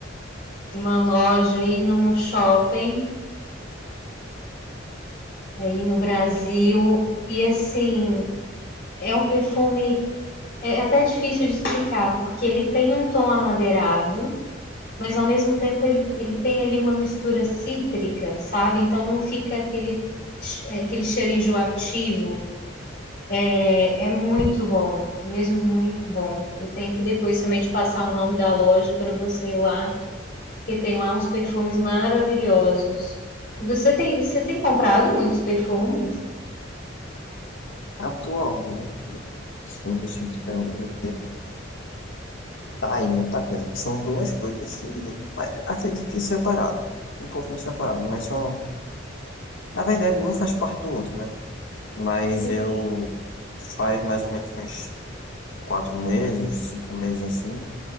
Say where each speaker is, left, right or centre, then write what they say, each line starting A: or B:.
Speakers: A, on the left (about 55°); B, on the left (about 85°).
A: de uma loja aí num shopping aí no Brasil e assim é um perfume é até difícil de explicar porque ele tem um tom amadeirado, mas ao mesmo tempo ele, ele tem ali uma mistura cítrica, sabe? Então não fica aquele che- é, aquele cheiro enjoativo. É, é muito bom, mesmo muito bom. Eu tenho que depois também te passar o nome da loja para você ir lá porque tem lá uns perfumes maravilhosos. Você tem, você tem comprado muitos perfumes?
B: Atualmente, sendo sincero, eu tenho Tá aí outra coisa. São duas coisas que. Mas acredito que separado. Um pouquinho separado, mas são. Na verdade, um faz parte do outro, né? Mas
A: Sim,
B: eu. Faz mais ou menos uns quatro meses, cinco meses assim,